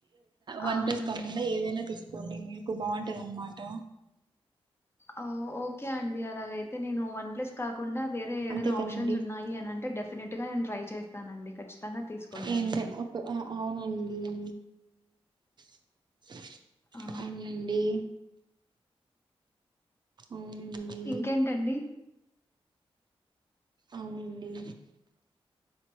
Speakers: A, on the right (about 45°); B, on the left (about 25°).
A: వన్
B: అవునండి
A: ప్లస్ కాకుండా ఏదైనా తీసు కోండి మీకు బాగుంటదన్నమాట.
B: అవు ఓకే అండి అలాగైతే నేను వన్ ప్లస్ కా కుండా వేరే ఏదైనా
A: అంతే కదండి
B: ఆప్షన్స్ ఉన్నాయి అని అంటే డెఫినెట్ గా నేను ట్రై చేస్తానండి. ఖచ్చితంగా తీసుకుంటానండి
A: ఏంట ఒక ఓ అవునండి. <inaudible>
B: ఆ
A: అవునండి. అవునండి
B: ఇంకేంటండి.
A: అవునండి.